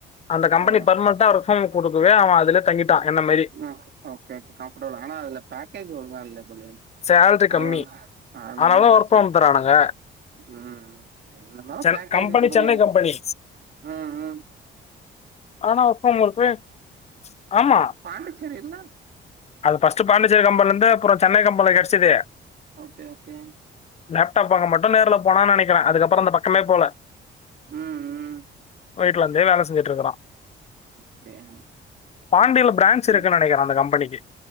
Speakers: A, on the left (about 35°); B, on the right (about 60°).
A: அந்த கம்பனி
B: ஆ
A: பர்மன்டா ரிஃபோர்ம் குடுக்கவே அவ அதுல தங்கிட்டான்
B: ம்
A: என்ன மாதிரி
B: ஓகே ஓகே கே கம்ஃபர்ட்டபுள் ஆனா அதுல பேக்கேஜ் ஒழுங்கா இல்ல போலயே
A: சேலரி
B: அதனால
A: கம்மி
B: அதனால
A: ஆனாலும்
B: தா பிரச்சன
A: ஒர்க் ஃப்ரம் தரானுங்க
B: ம் என்னன்னா
A: சென்
B: பேக்கேஜு
A: கம்பெனி
B: குடுங்க
A: சென்னை கம்பெனி
B: ம் ம்
A: ஆனா <unintelligible> ஆமா
B: பாண்டிச்சேரில்ல
A: அது ஃபர்ஸ்ட்டு பாண்டிச்சேரி கம்பனில இருந்து அப்றோ சென்னை கம்பனில கெடச்சது
B: ஓகே ஓகே
A: லேப்டாப் வாங்க மட்டோ நேர்ல போனா நெனைக்கிற அதுக்கப்புறோ அந்தப் பக்கமே போல
B: ம் ம்
A: வீட்லருந்தே வேல செஞ்சுட்டு இருக்கறா
B: அப்டியா
A: பாண்டில பிரான்ச்
B: ம்
A: இருக்கு நெனைக்கிற அந்த கம்பனிக்கு